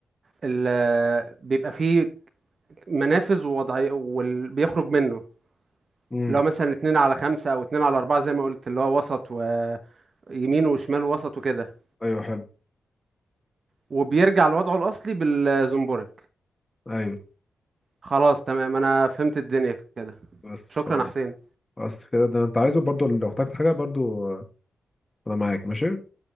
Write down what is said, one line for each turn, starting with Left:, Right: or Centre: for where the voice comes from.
Right: ال- آه، بيبقى فيه منافذ ووضعي وبيخرج منه
Left: مم.
Right: اللي هو مثلا اتنين على خمسة أو اتنين على أربعة زي ما قلت اللي هو وسط ويمين وشمال ووسط وكده
Left: ايوه حلو
Right: وبيرجع لوضعه الأصلي بالزومبورك
Left: ايوه
Right: خلاص تمام أنا فهمت الدنيا كده
Left: بس
Right: شكرا
Left: خلاص
Right: يا حسين
Left: بس كده ده انت عايزه برضو لو احتجت حاجة برضو آه، انا معاك ماشي